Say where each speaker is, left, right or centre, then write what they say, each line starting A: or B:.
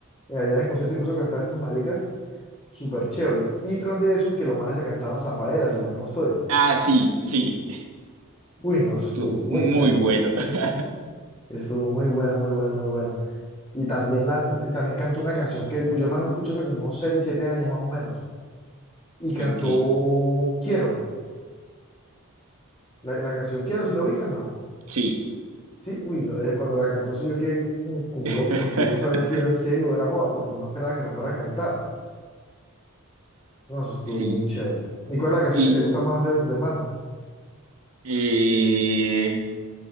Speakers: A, on the left; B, on the right.
A: eh, allá en el concierto y puso a cantar a estos maricas, súper chévere. Y tras de eso, que los manes se cantaban zafaderas, y mal no estoy.
B: Ah, sí, sí,
A: Uy, no,
B: estuvo
A: eso estuvo muy
B: muy
A: melo.
B: bueno. <laughs>
A: Estuvo muy bueno, muy bueno, muy bueno. Y también, la, eh, también cantó una canción que pues, yo el man lo escucho hace como unos 6 7 años más o menos. Y cantó
B: Ok,
A: Quiero, la, la canción Quiero, si lo ubicas, no.
B: sí,
A: Sí, uy, no, eh, cuando la cantó sí yo quedé mm, como
B: <laughs>
A: loco porque yo no sabía si era en serio o era joda, porque pues no esperaba que la fuera a cantar. No, eso estuvo
B: sí.
A: muy chévere. ¿Y cuál es la canción
B: Y,
A: que te gusta más de- del man?
B: eh,